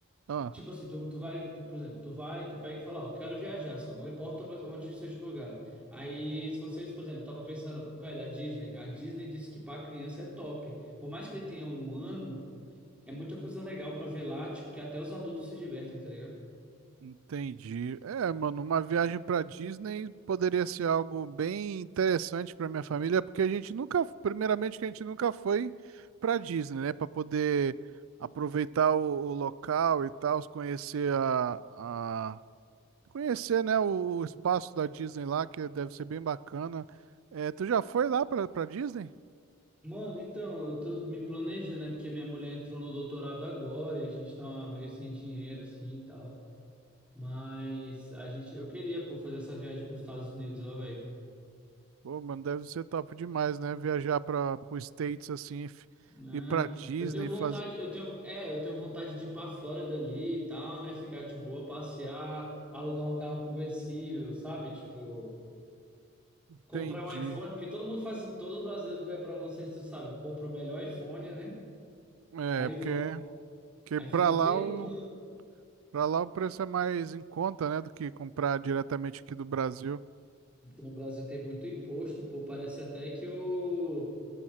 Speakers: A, on the right; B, in the centre.
A: ah,
B: tipo assim, tu, tu vai, tu- por exemplo, tu vai, tu pega e fala, ó, eu quero viajar só, não importa pra onde seja o lugar. Aí, se vocês, por exemplo, tava pensando, velho, a Disney, a Disney disse que pra criança é top. Por mais que ele tenha um ano, é muita coisa legal pra ver lá, tipo, que até os adultos se divertem, tá ligado?
A: entendi. É, mano, uma viagem pra Disney poderia ser algo bem interessante pra minha família, porque a gente nunca, primeiramente que a gente nunca foi pra Disney, né, Pra poder aproveitar o, o local e tal, conhecer a, a conhecer, né, o, o espaço da Disney lá, que deve ser bem bacana. É, tu já foi lá pra para Disney?
B: Mano, então, eu tô me planejando, né? Porque minha mulher entrou no doutorado agora e a gente tá meio sem dinheiro, assim, e tal. Mas a gente, eu queria, pô, fazer essa viagem pros Estados Unidos, ó, velho.
A: Pô, mano, deve ser top demais, né? Viajar para os States assim, f-
B: Ah,
A: ir para Disney,
B: eu tenho vontade,
A: fazer.
B: eu tenho, é, eu tenho vontade de ir pra Flórida ali e tal, né? Ficar de boa, passear, alugar um carro conversível, sabe? Tipo,
A: Entendi.
B: comprar um iPhone, porque todo mundo faz, todo brasileiro que vai pra lá, não sei se tu sabe, compra o melhor iPhone, né?
A: É,
B: Aí
A: porque,
B: volta,
A: porque
B: aí
A: para
B: fica
A: lá
B: um tempão.
A: o para lá o preço é mais em conta, né, do que comprar diretamente aqui do Brasil.
B: Então, no Brasil tem muito imposto, pô, parece até que o